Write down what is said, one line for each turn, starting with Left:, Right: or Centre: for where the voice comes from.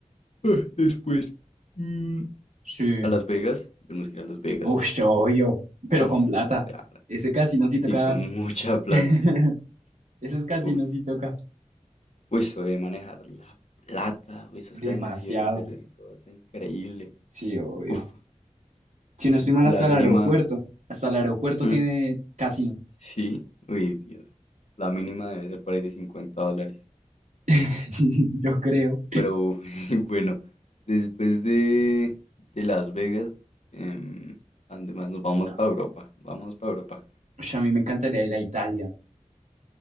Left: ah, después. mm,
Right: Sí.
Left: a Las Vegas, tenemos que ir a Las Vegas.
Right: Uf,
Left: Las
Right: obvio.
Left: Vegas.
Right: Pero
Left: Uf,
Right: con plata.
Left: claro,
Right: Ese casino sí toca.
Left: sí, con mucha plata.
Right: <laughs> Esos casinos
Left: Uf,
Right: sí toca.
Left: uy, eso de manejar la plata, uy, esos casinos
Right: Demasiado.
Left: sí deben ser el- todo está increíble.
Right: Sí, obvio.
Left: Uf,
Right: Si no estoy mal,
Left: la
Right: hasta
Left: mínima...
Right: el aeropuerto. Hasta el aeropuerto
Left: mm,
Right: tiene casino.
Left: Sí, uy, Dios. La mínima debe ser por ahí de 50 dólares.
Right: <laughs> Yo creo.
Left: Pero <laughs> bueno, después de, de Las Vegas, em, ¿a dónde más nos vamos
Right: Ah,
Left: para Europa. Vamos para Europa.
Right: ush, a mí me encantaría ir a Italia.